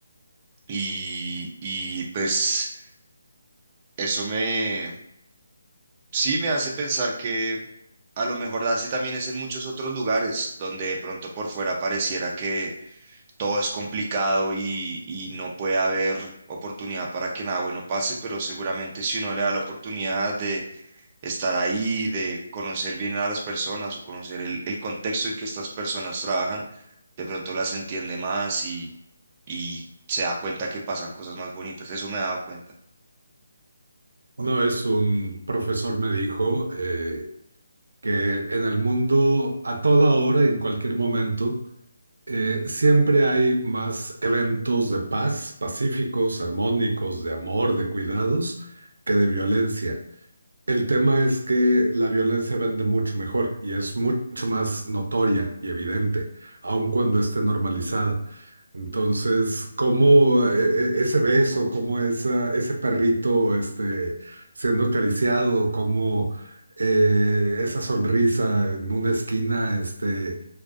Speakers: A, on the right; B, on the right.
A: Y, y pues eso me, sí me hace pensar que a lo mejor así también es en muchos otros lugares donde de pronto por fuera pareciera que todo es complicado y, y no puede haber oportunidad para que nada bueno pase, pero seguramente si uno le da la oportunidad de estar ahí, de conocer bien a las personas o conocer el, el contexto en que estas personas trabajan, de pronto las entiende más y, y se da cuenta que pasan cosas más bonitas. Eso me he dado cuenta.
B: Una vez un profesor me dijo eh, que en el mundo a toda hora, en cualquier momento, eh, siempre hay más eventos de paz, pacíficos, armónicos, de amor, de cuidados, que de violencia. El tema es que la violencia vende mucho mejor y es mucho más notoria y evidente, aun cuando esté normalizada. Entonces, cómo eh, eh, ese beso,
A: Uf,
B: cómo esa, ese perrito este, siendo acariciado, cómo eh, esa sonrisa en una esquina, este,